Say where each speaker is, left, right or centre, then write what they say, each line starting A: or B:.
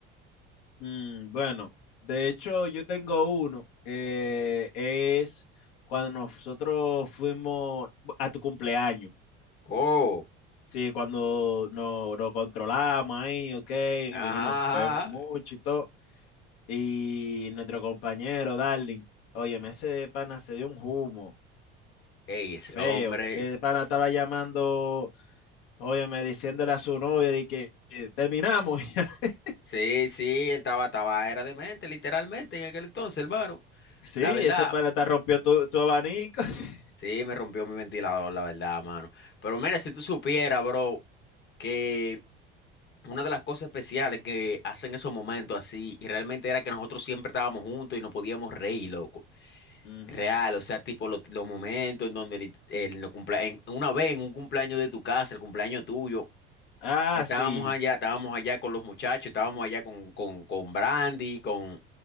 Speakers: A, on the left; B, on the left.
A: Mm, bueno, de hecho, yo tengo uno que es cuando nosotros fuimos a tu cumpleaños.
B: Oh,
A: Sí, cuando nos, nos controlamos ahí, ok,
B: ajá,
A: vivimos, bebemos
B: ajá.
A: mucho y todo. Y nuestro compañero, Darling, óyeme, ese pana se dio un humo
B: Ey, ese
A: feo.
B: hombre,
A: El pana estaba llamando, óyeme, diciéndole a su novia de que eh, terminamos. <laughs>
B: sí, sí, él estaba, estaba, era demente, literalmente en aquel entonces, hermano,
A: Sí,
B: la verdad.
A: ese pana te rompió tu, tu abanico. <laughs>
B: Sí, me rompió mi ventilador, la verdad, mano. Pero mira, si tú supieras, bro, que una de las cosas especiales que hacen esos momentos así, y realmente era que nosotros siempre estábamos juntos y no podíamos reír, loco.
A: Ujú.
B: Real, o sea, tipo los, los momentos en donde lit- el- los cumplea- en- una vez en un cumpleaños de tu casa, el cumpleaños tuyo,
A: Ah,
B: estábamos
A: sí.
B: allá, estábamos allá con los muchachos, estábamos allá con, con, con Brandy, con,